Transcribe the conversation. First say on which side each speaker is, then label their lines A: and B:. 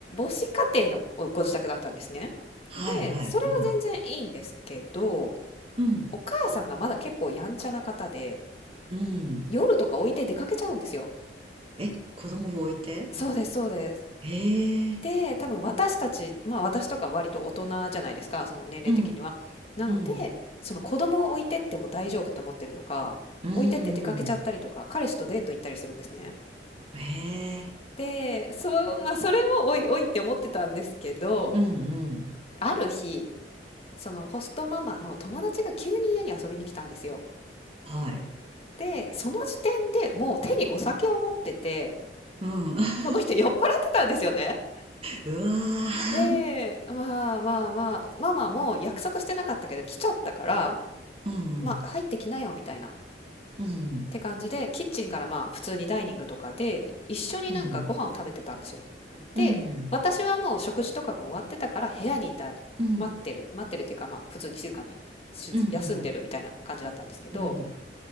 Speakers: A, on the left; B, on the right.
A: 母子家庭のおご自宅だったんですね。
B: はいはい。
A: で、それは全然いいんですけど、
B: うん。うん。
A: お母さんがまだ結構やんちゃな方で、
B: うん。
A: 夜とか置いて出かけちゃうんですよ。
B: え、子供を置いて
A: そうです、そうです。
B: へえ。
A: で、多分私たち、まあ私とか割と大人じゃないですか、その年齢的には。
B: うん。
A: なので、
B: うん。
A: その子供を置いてっても大丈夫と思ってるのか、
B: う
A: 置いてって出かけちゃったりとか、
B: ん。
A: 彼氏とデート行ったりするんですね。
B: へえ。
A: で、そう、まあそれもおいおいって思ってたんですけど、
B: うんうん。
A: ある日、そのホストママの友達が急に家に遊びに来たんですよ。
B: はい。
A: で、その時点でもう手にお酒を持ってて、
B: うん。<laughs>
A: その人酔っ払ってたんですよね。
B: うわー。
A: で、まあまあまあ、ママも約束してなかったけど来ちゃったから、
B: うん。
A: まあ入ってきなよみたいなっ
B: うん。
A: て感じで、キッチンからまあ普通にダイニングとかで一緒になんかご飯を食べてたんですよ。
B: うん。
A: で、
B: うん。
A: 私はもう食事とかが終わってたから部屋にいた、
B: うん。
A: 待ってる、待ってるっていうかまあ普通に静かにし休んでるみたいな感じだったんですけど、
B: うん。うん。